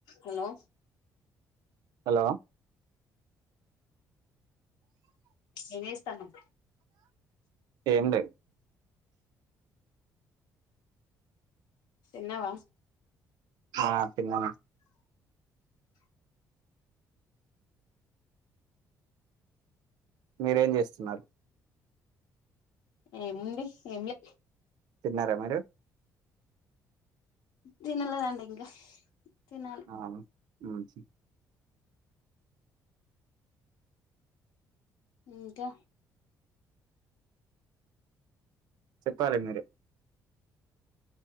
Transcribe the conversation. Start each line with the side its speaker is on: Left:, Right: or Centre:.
Left: Hello
Right: hello
Left: ఏం చేస్తునవ్
Right: ఏం లేదు
Left: తిన్నావా
Right: ఆ తిన్న మీరేం చేస్తున్నారు
Left: ఏముంది ఏం లే
Right: తిన్నారా మరీ
Left: తినలేదండి ఇంకా తినాలి
Right: ఆ ఉ
Left: ఇంకా
Right: చెప్పాలి మీరె